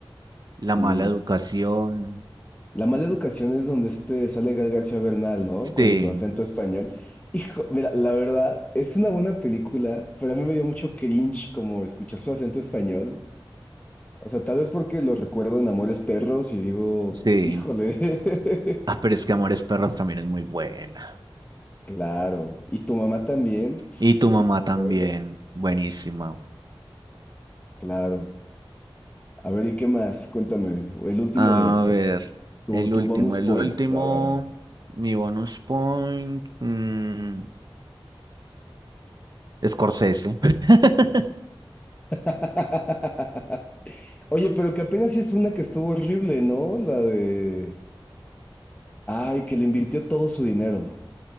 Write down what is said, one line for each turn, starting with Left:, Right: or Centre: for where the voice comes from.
Right: la
Left: sí.
Right: mala educación.
Left: La mala educación es donde este sale Gal García Bernal, ¿no? Con
Right: Sí,
Left: su acento español. Hijo, mira, la verdad, es una buena película, pero a mí me dio mucho cringe como escuchar su acento español. O sea, tal vez porque lo recuerdo en Amores Perros y digo,
Right: sí.
Left: híjole. <laughs>
Right: Ah, pero es que Amores Perros también es muy buena.
Left: Claro. Y tu mamá también, pf,
Right: Y tu
Left: es
Right: mamá
Left: una
Right: también,
Left: joya.
Right: buenísima.
Left: Claro. A ver, ¿y qué más? Cuéntame. El último
Right: A
Left: directo.
Right: ver,
Left: Tu,
Right: el
Left: tu
Right: último,
Left: bonus
Right: el
Left: points,
Right: último,
Left: a ver.
Right: mi bonus point, mm, Scorsese. <laughs>
Left: <laughs> Oye, pero que apenas sí es una que estuvo horrible, ¿no? La de... Ay, que le invirtió todo su dinero.